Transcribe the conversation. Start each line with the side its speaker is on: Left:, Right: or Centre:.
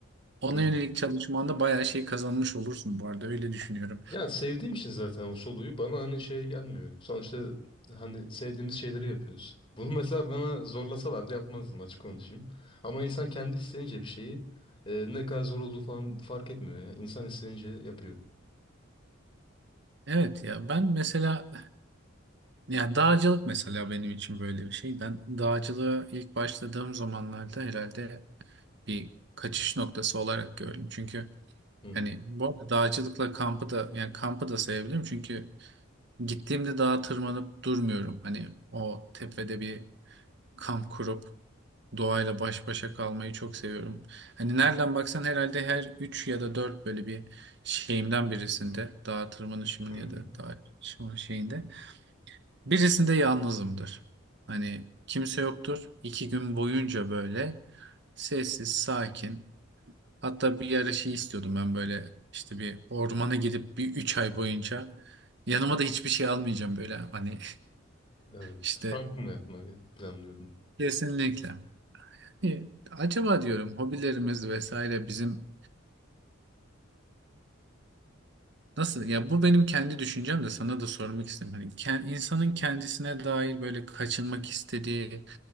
Right: ona
Left: Hı.
Right: yönelik çalışmanda bayağı şey kazanmış olursun bu arada öyle düşünüyorum.
Left: Ya sevdiğim için zaten o soluyu bana hani şey gelmiyor. Sonuçta hani sevdiğimiz şeyleri yapıyoruz. Bunu mesela bana zorlasalardı yapmazdım açık konuşayım. Ama insan kendi isteyince bir şeyi e, ne kadar zor olduğu falan fark etmiyor ya. İnsan isteyince yapıyor.
Right: Evet ya ben mesela ya dağcılık mesela benim için böyle bir şey. Ben dağcılığa ilk başladığım zamanlarda herhalde bir kaçış noktası olarak gördüm. Çünkü
Left: Hı hı.
Right: hani bu arada dağcılıkla kampı da yani kampı da sayabilirim. Çünkü gittiğimde dağa tırmanıp durmuyorum. Hani o tepede bir kamp kurup doğayla baş başa kalmayı çok seviyorum. Hani nereden baksan herhalde her 3 ya da 4 böyle bir şeyimden birisinde dağa tırmanışımın
Left: Hı
Right: ya
Left: hı.
Right: da dağ çıkışımın şeyinde birisinde yalnızımdır. Hani kimse yoktur. İki gün boyunca böyle sessiz, sakin. Hatta bir ara şey istiyordum ben böyle işte bir ormana gidip bir 3 ay boyunca yanıma da hiçbir şey almayacağım böyle hani
Left: Evet.
Right: <laughs> işte
Left: Kamp mı yapmayı planlıyordun?
Right: kesinlikle. E, acaba diyorum hobilerimiz vesaire bizim nasıl ya bu benim kendi düşüncem de sana da sormak istedim. Hani ken- insanın kendisine dair böyle kaçınmak istediği